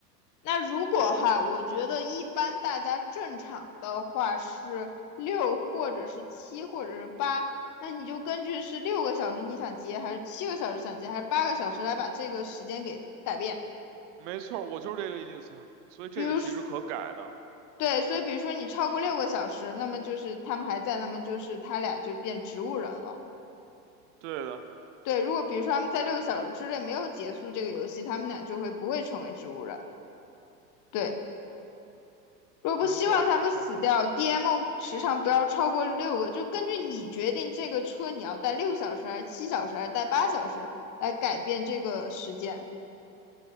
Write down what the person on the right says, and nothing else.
没错儿，我就是这个意思。所以这个其实可改的，
对的，
没错儿没错儿。